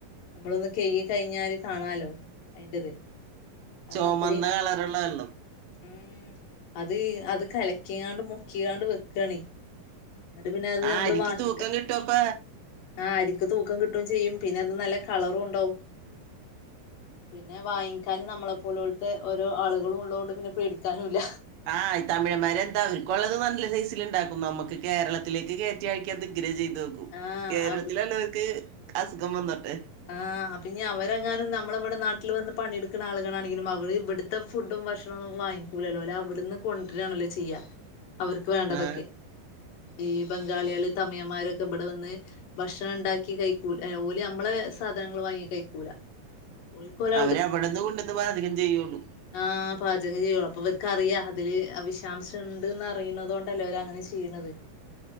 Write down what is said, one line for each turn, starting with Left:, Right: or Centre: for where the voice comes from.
Left: നമ്മളൊന്ന് കയി കഴിഞ്ഞാല് കാണാലോ അയിന്റത് അത്
Right: ചൊമന്ന
Left: അത്രയും
Right: കളറുള്ള വെള്ളം
Left: ഉം അത് അത് കലക്കിയാണ്ട് മുക്കിയാണ്ട് വെക്കണി എന്നിട്ട് പിന്നെ അത്
Right: ആ
Left: നമ്മള്
Right: അരിക്ക്
Left: വാങ്ങിക്ക
Right: തൂക്കം കിട്ടുവപ്പ
Left: ആ അരിക്ക് തൂക്കം കിട്ടുകയും ചെയ്യും പിന്നെ അത് നല്ല കളറും ഉണ്ടാവും പിന്നെ വാങ്ങിക്കാനും നമ്മളെപ്പോല പോലത്തെ ഓരോ ആളുകളും ഉള്ളതുകൊണ്ട് പിന്നെ പേടിക്കാനുല്ല
Right: ആഹ് തമിഴ്മാരെ എന്താ ക്കള്ളത് നല്ല സൈസൽ ഉണ്ടാക്കും നമുക്ക് കേരളത്തിലേക്ക് കയറ്റിയക്ക അത്ഇങ്ങനെ ചെയ്തും
Left: ആ
Right: കേരളത്തിലുള്ളവർക്ക്
Left: അവർ
Right: അസുഖം വന്നട്ടൊ
Left: ആഹ പിനി അവരെങ്ങാനും നമ്മള ഇവിടെ നാട്ടിൽ വന്ന് പണിയെടുക്കുന്ന ആളുകളാണെങ്കിലും അവര് ഇവിടു ഇത്ത ഫുഡും ഭക്ഷണൊന്നും വാങ്ങിക്കൂലല്ലോ അല്ല അവിടുന്ന് കൊണ്ടിരായാണല്ലോ ചെയ്യാം അവർക്ക് വേണ്ടതൊക്കെ
Right: ആ
Left: ഈ ബംഗാളികള് തമ്മിയന്മാരൊക്കെ ഇവിടെ വന്ന് ഭക്ഷണം ഉണ്ടാക്കി കഴിക്കൂ ഓലു നമ്മളെ സാധനങ്ങൾ വാങ്ങി കഴിക്കൂല ഓൽക്കോല്
Right: അവര് അവിടെന്ന് കൊണ്ടുവന്ന് ബാചകം ചെയ്യുള്ളൂ
Left: ആഹ പാചകം ചെയ്യുള്ളൂ അപ്പൊ ഇവർക്കറിയാം അതില് വിഷാംശം ഉണ്ട്ന്ന് അറിയുന്നത കൊണ്ടല്ലേ അവര് അങ്ങനെ ചെയ്യുന്നത്